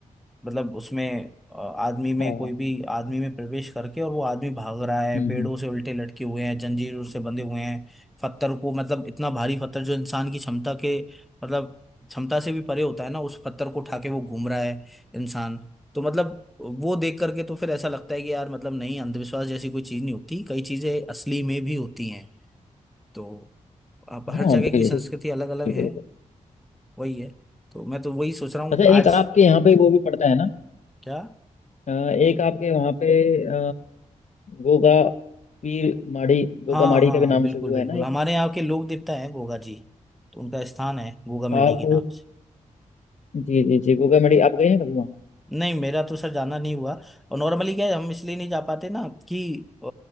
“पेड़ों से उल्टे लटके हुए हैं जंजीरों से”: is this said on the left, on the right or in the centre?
Centre